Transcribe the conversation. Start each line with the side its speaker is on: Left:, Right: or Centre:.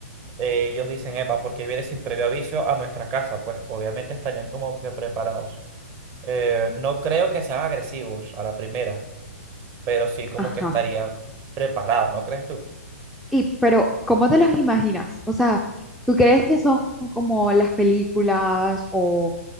Right: eh, ellos dicen, epa, porque viene sin previo aviso a nuestra casa, pues obviamente estarían como que preparados. Eh, no creo que sean agresivos a la primera, pero sí como
Centre: Ajá.
Right: que estarían preparados, ¿no crees tú?
Centre: Y, pero, ¿cómo te los imaginas? O sea, ¿tú crees que son como las películas o